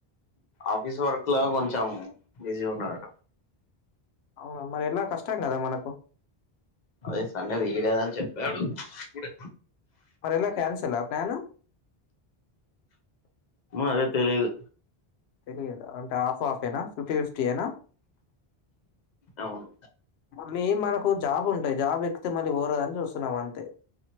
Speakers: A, on the left; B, on the left.
A: ఆఫీస్ వర్క్ లా కొంచెం బిజీ ఉన్నాడట
B: అవునా మరి ఎలా కష్టం గదా మనకు
A: అదే సండే దీయ్యలేదని చెప్పాడు ఇప్పుడే
B: మరి ఎలా క్యాన్సలా ప్లాను
A: అదే తెలీయదు
B: తెలియదా అంటే ఆఫ్ ఆఫ్ యేనా ఫిఫ్టీ ఏనా
A: అవును
B: మళ్ళీ మనకు జాబ్ ఉండే జాబ్ ఎక్తే మళ్ళీ పోరాదని చూస్తున్నాం అంతే